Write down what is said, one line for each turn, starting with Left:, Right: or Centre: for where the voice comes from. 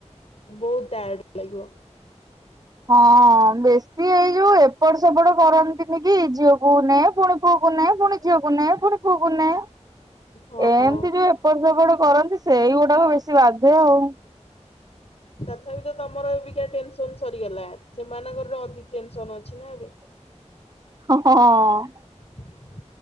Left: ବହୁତ ଟାଏଡ ଲାଗିବ।
Right: ହଁ ବେଶୀ ଏଇ ଯୋଉ ଏପଟ ସେପଟ କରନ୍ତିନି କି ଝିଅକୁ ନେ ପୁଣି ପୁଅକୁ ପୁୁଅକୁ ନେ ପୁଣି ଝିଅକୁ ନେ ପୁଣି ପୁଅକୁ ନେ।
Left: ହଁ।
Right: ଏମିତି ଯୋଉ ଏପଟ ସେପଟ କରନ୍ତି ସେଇଗୁଡାକ ବେଶୀ ବାଧେ ଆଉ।
Left: ତଥାପି ତ ତମର ଏକୱକା ଟେନସନ ସରିଗଲା ସେମାନଙ୍କର ଅଧିକ ଟେନସନ ଅଛି ନା ଏବେ।
Right: <inaudible> ହଁ।
Left: <inaudible>